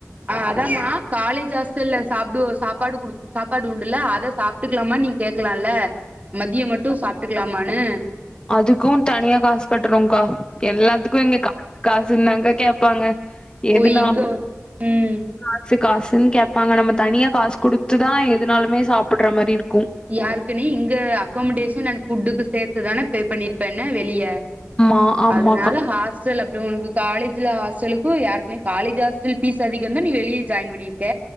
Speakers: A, on the right; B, on the left.
A: அ அதாம காலேஜ் ஹாஸ்டல்ல சாப்டுவோ சாப்பாடு குடு சாப்பாடு உண்டுல்ல அத சாப்டுக்கலாம நீங்க கேக்கலாம்ல மதியம் மட்டு சாப்டுக்கலாமான்னு
B: அதுக்கும் தனியா காசு கட்டுறோங்கா எல்லாத்துக்கு இங்க காசு காசு காசுன்னாங்க கேட்பாங்க
A: ஓ
B: எதுனாலு
A: இங்க ம்
B: காசு காசு காசுன்னு கேட்பாங்க நம்ம தனியா காசு குடுத்துதா எதுனாலுமே சாப்புட்ற மாரி இருக்
A: யாருக்குனே இங்க அக்கமண்டேஷன் அண்ட் ஃபுட்டுக்கு சேத்துதானே பே பண்ணிருப்பேன்ன வெளிய
B: ஆமா ஆமாக்கா
A: அதனால ஹாஸ் ஹஸ்டல் அப்டோ உனக்கு காலேஜில ஹாஸ்டலுக்கு ஏற்கனவே காலேஜ் ஹாஸ்டல் ஃபீஸ் அதிகன் தா நீ வெளியே ஜாயின் பண்ணிரு க